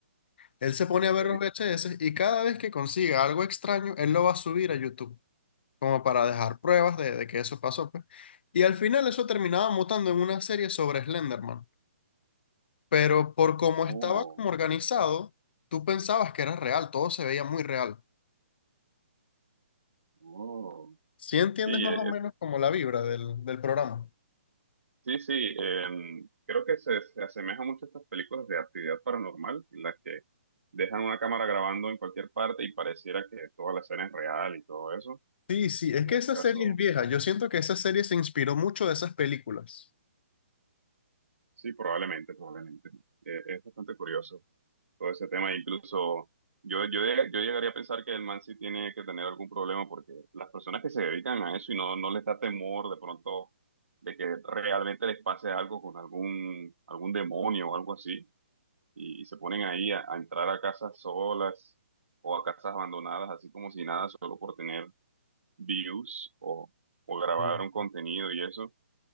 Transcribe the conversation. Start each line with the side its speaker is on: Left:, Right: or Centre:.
Left: Él se pone
Right: ok.
Left: a ver los VHS y cada vez que consiga algo extraño, él lo va a subir a YouTube, como para dejar pruebas de, de que eso pasó, pues. Y al final eso terminaba mutando en una serie sobre Slenderman. Pero por cómo estaba
Right: Oh,
Left: como organizado, tú pensabas que era real, todo se veía muy real.
Right: oh.
Left: ¿Sí entiendes
Right: Y
Left: más
Right: eh,
Left: o menos como la vibra del, del programa?
Right: Sí, sí, em, creo que se, se asemeja mucho a estas películas de actividad paranormal, en las que dejan una cámara grabando en cualquier parte y pareciera que toda la escena es real y todo eso.
Left: Sí, sí, es
Right: Como
Left: que
Right: un
Left: esa
Right: caso,
Left: serie es vieja. Yo siento que esa serie se inspiró mucho de esas películas.
Right: sí, probablemente, probablemente. Eh, es bastante curioso todo ese tema. Incluso yo, yo, lleg- yo llegaría a pensar que el man sí tiene que tener algún problema porque las personas que se dedican a eso y no, no les da temor de pronto de que realmente les pase algo con algún, algún demonio o algo así y, y se ponen ahí a, a entrar a casas solas o a casas abandonadas, así como si nada, solo por tener views o, o grabar
Left: Sí.
Right: un contenido y eso.